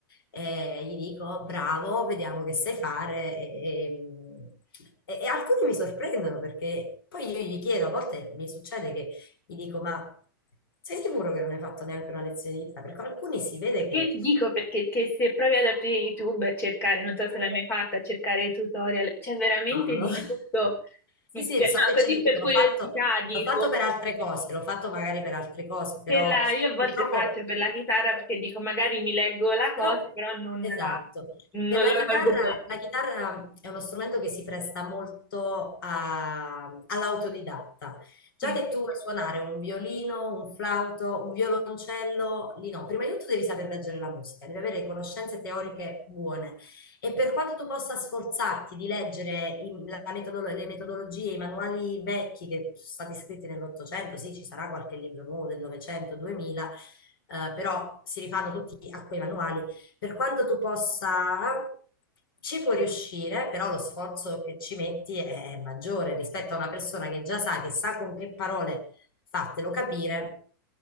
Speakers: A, on the left; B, on the left.
A: e gli dico, bravo, vediamo che sai fare. E, e- e alcuni mi sorprendono perché poi io gli chiedo, a volte mi succede che gli dico, ma sei sicuro che non hai fatto neanche una lezione di Italia? Perché alcuni si vede che...
B: Io ti dico perché che se provi ad aprire YouTube e cercare, non so se l'hai mai fatta, a cercare tutorial, c'è veramente
A: No, non
B: di
A: l'ho... <laughs>
B: tutto. Ti
A: Sì,
B: spie-
A: sì, so
B: No,
A: che
B: così
A: ci ho dovuto,
B: per curiosità
A: l'ho fatto,
B: dico,
A: l'ho fatto per altre cose, l'ho fatto magari per altre cose, però
B: per la- io a volte
A: purtroppo
B: faccio per la chitarra perché dico magari mi leggo la
A: Però,
B: cosa, però non
A: esatto,
B: la, non
A: per la
B: la
A: chitarra,
B: colgo bene.
A: la chitarra è uno strumento che si presta molto a- all'autodidatta. Già
B: Sì,
A: che tu vuoi suonare un violino, un flauto, un violoncello, lì no. Prima di tutto devi saper leggere la musica, devi avere conoscenze teoriche buone. E per quanto tu possa sforzarti di leggere i- la metodolo- le metodologie, i manuali vecchi che sono stati scritti nell'Ottocento, sì, ci sarà qualche libro nuovo del Novecento, 2000, eh, però si rifanno tutti a quei manuali per quanto tu possa, ci puoi riuscire, però lo sforzo che ci metti è, è maggiore rispetto a una persona che già sa, che sa con che parole fartelo capire,